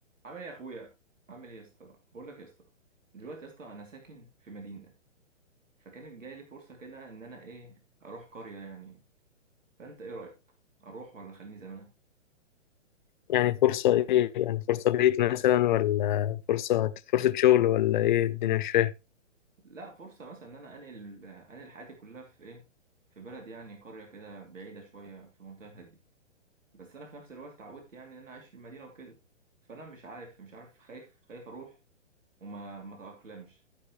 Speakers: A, on the right; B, on the left.
A: عامل ايه يا اخويا عامل ايه يا اسطى بقول لك يا اسطى دلوقتي يا اسطى انا ساكن في مدينه فكانت جايه لي فرصه كده ان انا ايه اروح قريه يعني فانت ايه رايك اروح ولا خليني زي ما انا
B: يعني فرصة إيه يعني فرصة بعيد مثلا ولا فرصة فرصة شغل ولا إيه الدنيا مش فاهم
A: لا فرصه مثلا ان انا انقل انقل حياتي كلها في ايه في بلد يعني قريه كده بعيده شويه في منطقه هاديه بس انا في نفس الوقت اتعودت يعني ان انا عايش في المدينه وكده فانا مش عارف مش عارف خايف خايف اروح وما ما اتاقلمش